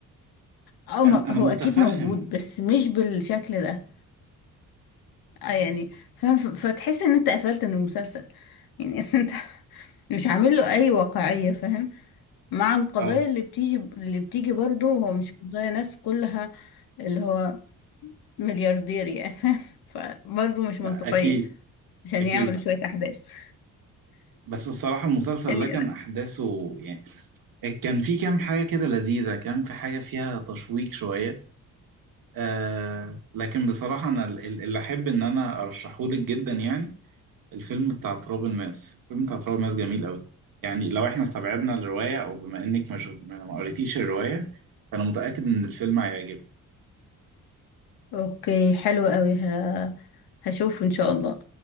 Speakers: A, on the left; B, on the right.
A: أو
B: أنا
A: ما
B: أنا
A: هو
B: متفهم
A: اكيد موجود بس مش بالشكل ده آه، يعني فاهم ف- فتحس ان انت قفلت من المسلسل يعني أصل انت <laughs> مش عامل له اي واقعية فاهم مع القضايا
B: أه
A: اللي بتيجي اللي بتيجي برضه هو مش قضايا ناس كلها اللي هو ملياردير يعني <laughs> فبرضه مش
B: ب-
A: منطقية
B: أكيد
A: عشان
B: أكيد
A: يعملوا شوية أحداث
B: بس الصراحة المسلسل
A: يعني
B: ده كان أحداثه يعني كان في كام حاجة كده لذيذة كان في حاجة فيها تشويق شوية آه لكن بصراحة أنا ال- ال- اللي أحب إن أنا أرشحهولك جدا يعني الفيلم بتاع تراب الماس الفيلم بتاع تراب الماس جميل قوي يعني لو احنا استبعدنا الرواية او بما انك مش ما ما قريتيش الرواية فانا متأكد ان الفيلم هيعجبك
A: أوكي حلو قوي ه... هشوف إن شاء الله